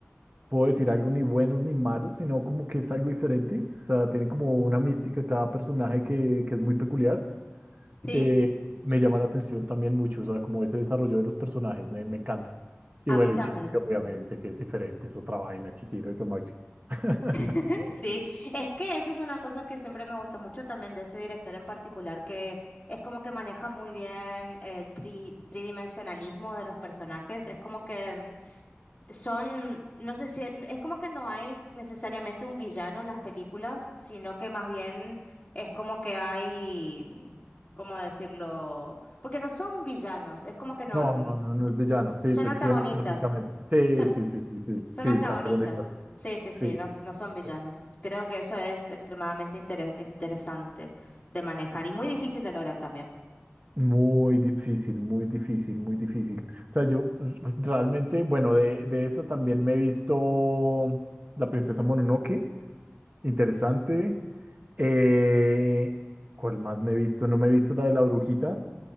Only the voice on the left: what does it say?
Sí,
a
mí también.
<laughs> Sí, es que eso es una cosa que siempre me gustó mucho también de ese director en particular, que es como que maneja muy bien el tri- tridimensionalismo de los personajes, es como que Son, no sé si, es como que no hay necesariamente un villano en las películas, sino que más bien es como que hay, ¿cómo decirlo? Porque no son villanos, es como que no,
n-
s-
son
antagonistas,
son,
son
antagonistas.
Sí, sí, sí,
no, s- no son villanos.
Creo que eso es extremadamente interes- interesante de manejar y muy difícil de lograr también.